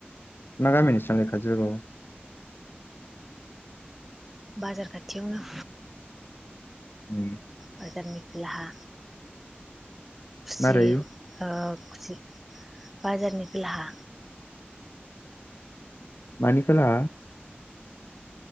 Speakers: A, on the left (about 65°); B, in the centre.
A: मा गामिनि नोंसिनालाय खाजलगाव
B: बाजार खाथियावनो
A: उम
B: बाजारनि खोलाहा खुसि
A: मारै
B: ओ खुसि बाजारनि खलाहा
A: मानि खोला